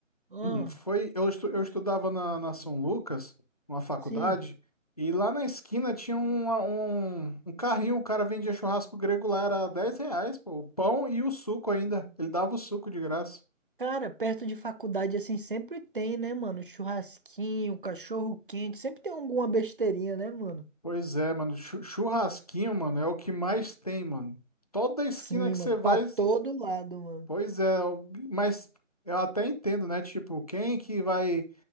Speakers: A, on the right; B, on the left.
A: Ah,
B: Hum, Foi, eu, estu- eu estudava na, na São Lucas, uma faculdade,
A: sim.
B: e lá na esquina tinha um, um, um carrinho, o cara vendia churrasco grego lá, era 10 reais, pô, o pão e o suco ainda. Ele dava o suco de graça.
A: Cara, perto de faculdade, assim, sempre tem, né, mano? Churrasquinho, cachorro quente, sempre tem alguma besteirinha, né, mano?
B: Pois é, mano, chu- churrasquinho, mano, é o que mais tem, mano. Toda esquina
A: Sim,
B: que
A: mano,
B: você
A: pra
B: vai,
A: todo
B: se-
A: lado, mano.
B: pois é, o- mas eu até entendo, né? Tipo, quem que vai,